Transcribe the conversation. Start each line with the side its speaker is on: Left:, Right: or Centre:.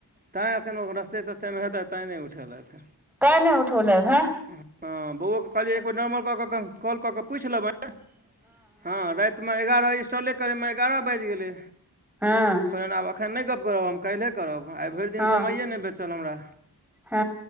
Right: तैँ अखैन ओ रस्ते तस्तेमे हेतैत तैँ नै उठेलैथ।
Centre: तैं नै उठौलैन हँ।
Right: हँ बौओके कहलियै एक बेर नम्बर कऽ कऽ कॉल कऽ कऽ पूइछ लेबैन हँ राइत राइतमे एगारह इन्स्टॉले करैमे एगारह बाइज गेलै।
Centre: हुं।
Right: फेन आब एखन नहि गप्प करब हम काइलहे करब आइ भइर दिन
Centre: हँ
Right: समैेये नै बेचल हमरा।
Centre: हँ।